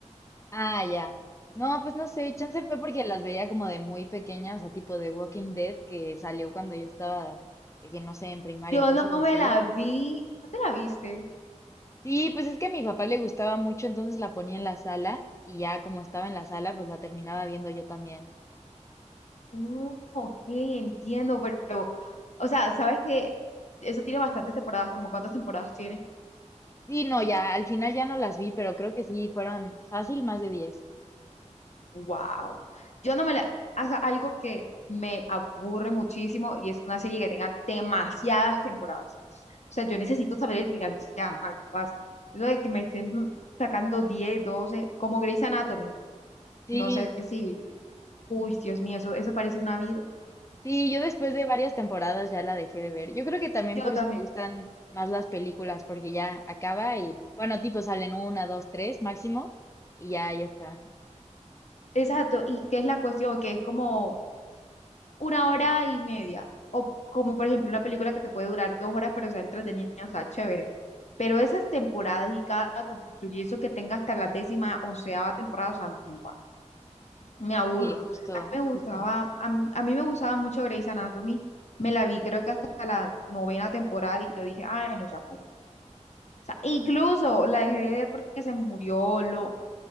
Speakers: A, on the left; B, on the left.
A: Ah, ya. No, pues no sé, chance fue porque las veía como de muy pequeña, o sea, tipo de Walking Dead que salió cuando yo estaba, de que no sé, en primaria,
B: Yo
A: cosas
B: no
A: así.
B: me la vi. ¿Tú te la viste?
A: Sí, pues es que a mi papá le gustaba mucho, entonces la ponía en la sala y ya como estaba en la sala, pues la terminaba viendo yo también.
B: Oh, ok, entiendo, pero, o sea, ¿sabes que Eso tiene bastantes temporadas, como cuántas temporadas tiene?
A: Sí, no, ya, al final ya no las vi, pero creo que sí, fueron fácil más de diez.
B: Wow. Yo no me la, o sea, algo que me aburre muchísimo y es una serie que tenga demasiadas temporadas. O sea, yo necesito saber el final, ya, ajá, ¿qué pasa? Eso de que me estén sacando 10, 12, como Grey's Anatomy.
A: Sí,
B: No sé si, uy, Dios mío, eso, eso parece una vida.
A: sí, yo después de varias temporadas ya la dejé de ver. Yo creo que también
B: Yo
A: por
B: también.
A: eso me gustan más las películas, porque ya acaba y, bueno, tipo salen una, dos, tres máximo y ya, ya está.
B: Exacto. ¿Y qué es la cuestión? Que es como una hora y media. O como por ejemplo una película que te puede durar dos horas, pero sea entretenida, o sea, chévere. Pero esas temporadas y cada capítulo y eso que tenga hasta la décima, onceava temporada, o sea, no, guau, me aburro.
A: Sí, justo,
B: A mí me gustaba,
A: justo.
B: a, mí a mí me gustaba mucho Grey's Anatomy. Me la vi creo que hasta la novena temporada y yo dije, ay, no, ya no. O sea, incluso la dejé de ver porque se murió, lo,